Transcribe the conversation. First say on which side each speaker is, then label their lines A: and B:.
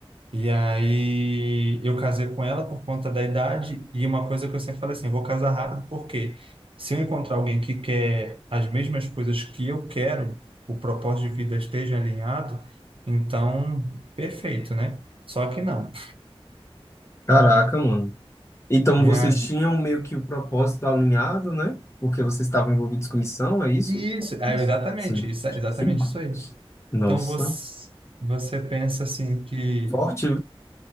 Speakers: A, on the right (about 60°); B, on the left (about 25°).
A: E aí eu casei com ela por conta da idade e uma coisa que eu sempre falei assim, vou casar rápido porque se eu encontrar alguém que quer as mesmas coisas que eu quero, o propósito de vida esteja alinhado, então perfeito, né? Só que não.
B: Caraca, mano. Então
A: E
B: vocês
A: a
B: tinham meio que o propósito alinhado, né? Porque vocês estavam envolvidos com missão, é isso?
A: e isso, é exatamente,
B: Sim.
A: isso, é exatamente
B: Sim.
A: isso aí.
B: Nossa.
A: Então você, você pensa assim que
B: Forte.